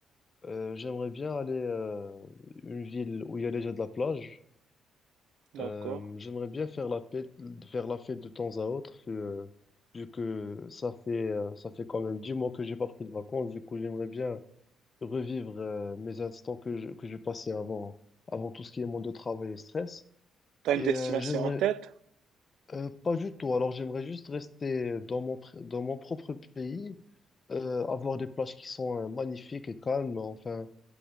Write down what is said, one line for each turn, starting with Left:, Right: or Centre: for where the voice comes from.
Left: Euh, j'aimerais bien aller, euh, une ville où il y a déjà de la plage.
Right: D'accord.
Left: Euh, j'aimerais bien faire la fête, faire la fête de temps à autre, vu, euh, vu que ça fait, euh, ça fait quand même 10 mois que j'ai pas pris de vacances. Du coup, j'aimerais bien revivre, euh, mes instants que je, que je passais avant, avant tout ce qui est monde de travail et stress.
Right: T'as
Left: Et,
Right: une destination
Left: euh, j'aimerais,
Right: en tête?
Left: euh, pas du tout. Alors, j'aimerais juste rester dans mon, pr- dans mon propre pays, euh, avoir des plages qui sont, euh, magnifiques et calmes. Enfin,